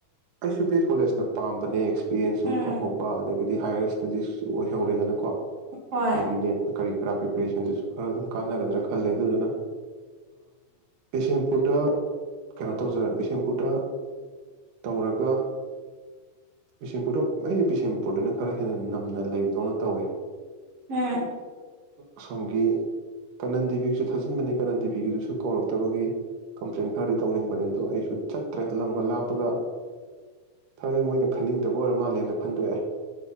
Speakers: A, on the right; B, on the right.
A: ꯑꯩꯁꯨ ꯕꯤ ꯑꯦꯁ ꯀꯣꯂꯦꯖꯅ ꯄꯥꯝꯕꯅꯦꯁ ꯄꯦꯟꯁꯨ
B: ꯎꯝ
A: ꯍꯪꯍꯣꯛꯄ ꯑꯗꯒꯤ ꯑꯗꯤ ꯍꯥꯏꯌꯔ ꯏꯁꯇꯗꯤꯁꯁꯨ ꯑꯣꯏꯍꯧꯔꯦꯗꯅꯀꯣ
B: ꯍꯣꯏ
A: ꯍꯥꯏꯅꯦ ꯀꯔꯤ ꯀꯔꯥ ꯄ꯭ꯔꯤꯄꯦꯔꯦꯁꯟꯗꯨꯁꯨ ꯈꯔ ꯑꯗꯨꯝ ꯀꯥꯟꯅꯒꯗ꯭ꯔꯥ ꯈꯜꯂꯦ ꯑꯗꯨꯗꯨꯅ ꯕꯤꯁꯦꯝꯄꯨꯔꯗ ꯀꯩꯅꯣ ꯇꯧꯖ ꯕꯤꯁꯦꯝꯄꯨꯔꯗ ꯇꯧꯔꯒ ꯕꯤꯁꯦꯝꯄꯨꯔꯗ ꯑꯩꯁꯦ ꯕꯤꯁꯦꯝ ꯃꯅꯤꯄꯨꯔꯗꯅ ꯈꯔ ꯍꯦꯟꯅ ꯅꯝꯅ ꯂꯩꯕꯗꯧꯅ ꯇꯧꯋꯦ
B: ꯎꯝ
A: ꯑꯁꯣꯝꯒꯤ ꯀꯥꯅꯟ ꯇꯤꯕꯤꯒꯤꯁꯨ ꯊꯥꯖꯤꯟꯕꯅꯦ ꯀꯥꯅꯟ ꯇꯤꯕꯤꯒꯤꯗꯨꯁꯨ ꯀꯧꯔꯛꯇꯕꯒꯤ ꯀꯝꯄ꯭ꯂꯦꯟ ꯈꯔꯗꯤ ꯇꯧꯅꯤꯡꯕꯅꯦ ꯑꯗꯣ ꯑꯩꯁꯨ ꯆꯠꯇ꯭ꯔꯦ ꯂꯝꯒ ꯂꯥꯞꯄꯒ ꯈꯔꯦ ꯃꯣꯏꯅ ꯈꯟꯅꯤꯡꯗꯕ ꯑꯣꯏꯔ ꯃꯥꯜꯂꯦꯅ ꯈꯟꯗꯣꯛꯑꯦ